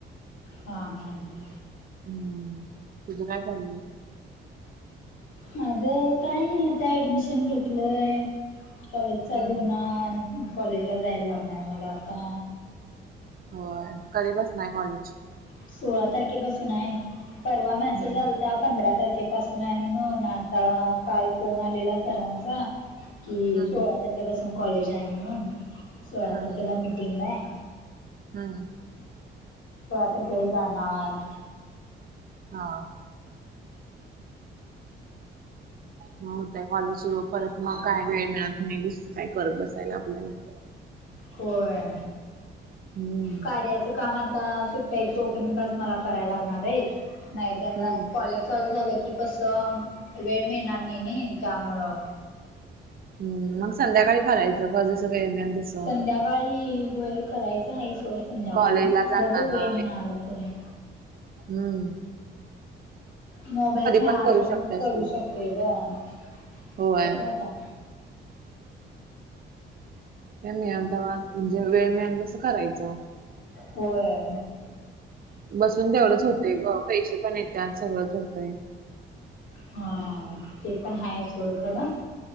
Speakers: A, on the left (about 75°); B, on the right (about 45°).
A: हा हा हं.
B: हं. तुझ काय चाललंय?
A: माझं काय नाही, आता ऍडमिशन घेतलंय. कॉलेज चालू
B: हम्म
A: होणार. म कॉलेजला जायला लागणार मला आता.
B: होय. कधी पासन आहे कॉलेज?
A: सोळा तारखेपासून आहे. परवा मॅसेज
B: हं.
A: आलता पंधरा तारखेपासून आहे म्हणून. आता काल फोन आलेला सरांचा. कि
B: हं,
A: सोळा तारखेपासून कॉलेज आहे म्हणून. सोळा
B: हं,
A: तारखेला मिटिंग आहे.
B: हं.
A: तर तेव्हा जाणार,
B: हा. म होतय कॉलेज सुरू. परत मग काय वेळ मिळत नाही दुसरं काही करत बसायला आपल्याला.
A: होय.
B: हं,
A: कार्याचं काम आता सूट टी आहे तोपर्यंतच मला करायला लागणार आहे. नाहीतर
B: हं,
A: मग कॉलेज चालू झालं की कसं, वेळ मिळणार नाही नही त्यामुळं
B: हम् मग संध्याकाळी करायचं ग जसं काय मिलस
A: संध्याकाळी वय करायचं आहे सोर संध्याकाळी
B: कॉलेजला जाताना,
A: बघू व ना आला तर म
B: हम्म.
A: मोबाईल मिळाल
B: पण करू
A: तर
B: शकतेस
A: मग करू
B: तू.
A: शकतेो ग
B: होय.
A: ओके आता
B: क म अहमदाबाद म्हणजे वेळ मिळा तसं करायचं.
A: वर.
B: बसून तेवढंच होतंय ग पैसे पण येत आत सगळंच होतय.
A: हा ते पण आहेा ओळख ना.